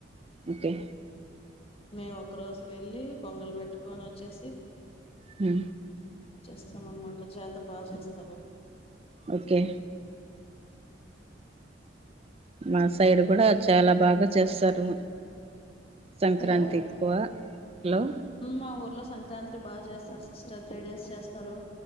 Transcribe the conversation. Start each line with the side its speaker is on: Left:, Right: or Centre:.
Right: ఓకే
Left: మేము ఒక్క రోజు వెళ్ళి పొంగలి పెట్టుకొని వచ్చేసి
Right: హు
Left: చేస్తాం అనమాట జాతర బాగా చేస్తారు
Right: ఒకే మా సైడ్ కూడ చాల బాగ చేస్తారు సంక్రాంతి
Left: హలో
Right: హలో
Left: మా ఊర్లో సంక్రాంతి బాగ చేస్తారు సిస్టర్ త్రీ డేస్ చేస్తారు